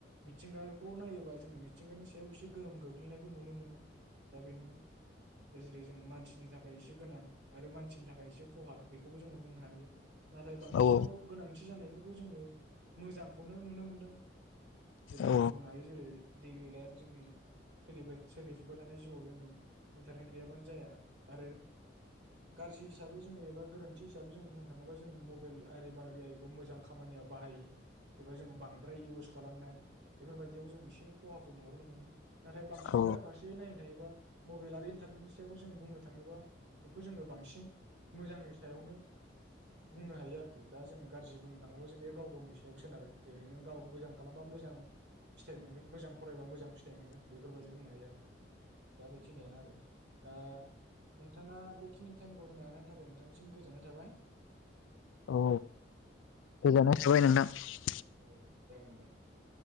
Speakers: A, on the right; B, on the left.
A: मिथिंगा खौ नायोबा जोङो मिथिंगानि सायाव एसे गोहोम गोग्लैनायखौ नुनो मोनो दा बेनो जेरै जों मानसिनि थाखाय एसे गोनां आरो मानसिनि थाखाय एसे खहा बेखौबो जोङो बुंनो हायो। नाथाय बांसिनाव
B: औ
A: गोनांथि जानायफोरखौ जोङो मोजांखौनो नुनो मोनदों जेरै
B: औ
A: जों बुंनो हायो जेरै दैलि लाइफ जोंनि सोलि सोलिफुबाय थानाय जिउआव जोंनो इन्टारनेट गैयाबानो जाया आरो गाज्रि हिसाबै जोङो एबा गोरोन्थि हिसाबै जों बुंनो थाङोबा जों मबाइल आरि बा आरि आरिखौ मोजां खामानियाव बाहायि एबा जोङो बांद्राय इउस खालामनाय बेफोरबायदियाव जों एसे खहाखौ नुहरनो मोनो नाथाय बांसिन
B: औ
A: गोरा फारसे नाय योबा मबाइल आरो इन्टारनेटनि सायाव जों बुंनो थाङोबा बेखौ जोङो बांसिन मोजांनि सायावनो बुंनो हायो आरो खि दा जोङो गाज्रि बुंनो थाङोबा जों बे गाव गावनि सायाव सोनारो जेरै नों गाव मोजां खालामबा मोजां फिथाइ मोनगोन मोजां फरायबा मोजां फिथाइ मोनगोन बेफोरबायदि बुंनो हायो आरोखि दा बे खिनियानो आरो दा नोंथाङा बेखिनि टाइमखौ होनो हानायनि थाखाय नोंथांनिसिम गोजोननाय थाबाय
B: औ गोजाननाय थाबाय नोंथां <inaudible>
A: औ जागोन दे